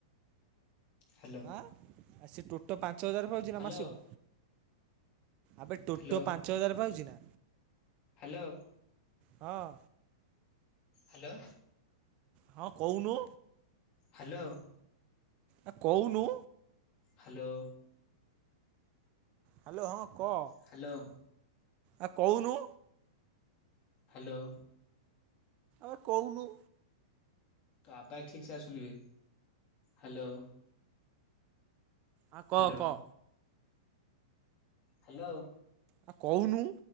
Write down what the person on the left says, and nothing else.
ହ୍ୟାଲୋ
ହ୍ୟାଲୋ
ହ୍ୟାଲୋ
ହ୍ୟାଲୋ।
ହ୍ୟାଲୋ।
ହ୍ୟାଲୋ।
ହାଲୋ।
ହାଲୋ।
ହାଲୋ।
ତୋ ଆବାଜ୍ ଠିକ୍ ସେ ଆଶୁନି ବେ, ହ୍ୟାଲୋ।
ହ୍ୟାଲୋ,
ହ୍ୟାଲୋ।